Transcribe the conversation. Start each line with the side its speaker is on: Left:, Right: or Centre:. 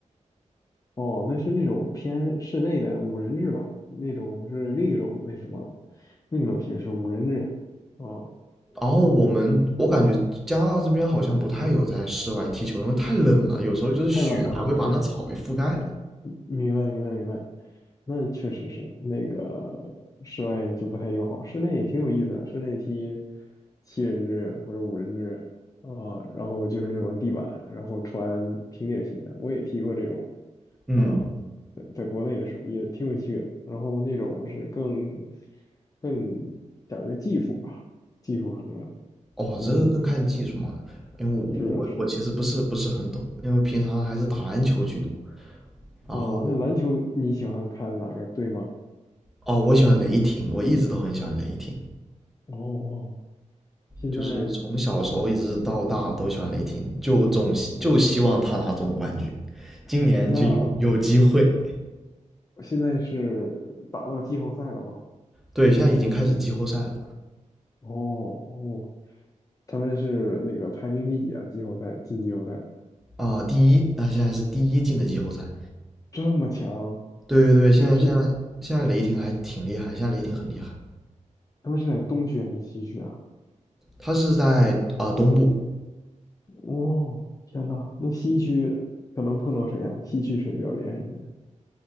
Left: 哦，那是那种偏室内的五人制吧，那种是另一种那什么了另一种形式五人制啊，
Centre: 然后我们我感觉加拿大这边好像不太有在室外踢球，
Left: 我
Centre: 因为太冷了，有时候就是雪还会把那草给覆盖了。
Left: 太冷了，对，嗯嗯明白明白明白，那确实是那个室外就不太友好，室内也挺有意思的，室内踢七人制或者五人制啊，然后就是那种地板，然后穿平底鞋，我也踢过这种，
Centre: 嗯，
Left: 嗯，在在国内的时候也挺有趣的。然后那种是更更讲究技术吧，技术很重要。
Centre: 哦，
Left: 嗯，
Centre: 这个更看技术嘛，因为我我我其实不是不是很懂，
Left: 是的，是的。
Centre: 因为平常还是打篮球居多。然后
Left: 啊，那篮球你喜欢看哪个队吗？
Centre: 哦，我喜欢雷霆，我一直都很喜欢雷霆，
Left: 哦，现在
Centre: 就是从小时候一直到大了都喜欢雷霆，就总希就希望他拿总冠军，
Left: 哦，
Centre: 今年就有有机会。
Left: 那现在是打到季后赛了吗？
Centre: 对，现在已经开始季后赛了
Left: 哦哦，他们是那个排名第几啊？季后赛进季后赛的
Centre: 啊，第一，啊，现在是第一进的季后赛。
Left: 这么强，
Centre: 对对对，现在现在现在雷霆还挺厉害，
Left: 他们是
Centre: 现在雷霆很厉害，
Left: 他们是在东区还是西区啊？
Centre: 他是在啊、东部，
Left: 哦，天呐，那西区可能碰到谁呀、西区谁比较厉害？现在